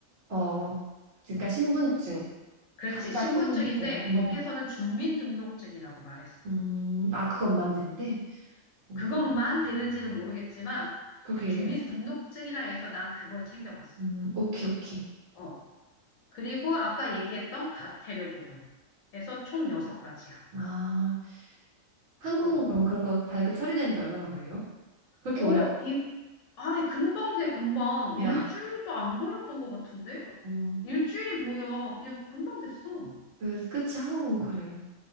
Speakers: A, on the right (about 65°); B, on the left (about 80°).
A: 어, 그러니까 신분증,
B: 그렇지.
A: 각자
B: 신분증인데
A: 신분증. 음.
B: 거기서는 주민등록증이라고 말했어.
A: 음, 아, 그것만 된대? 음,
B: 그것만 되는지는 모르겠지만
A: 그렇게
B: 주민등록증이라
A: 얘기했어.
B: 해서 난 그걸 챙겨갔어.
A: 음, 오케이, 오케이.
B: 어, 그리고 아까 얘기했던 가태료 부분에서 총 여섯 가지야
A: 아, 한국은
B: 어.
A: 그러면 그거 발급 처리되는데 얼마나 걸려? 그렇게
B: 오,
A: 오래 안
B: 이, 아, 금방 돼, 금방.
A: 걸려.
B: 일주일도 안 걸렸던 것 같은데?
A: 어,
B: 일주일이 뭐야. 그냥 금방 됐어.
A: 그, 그치, 한국은 그래.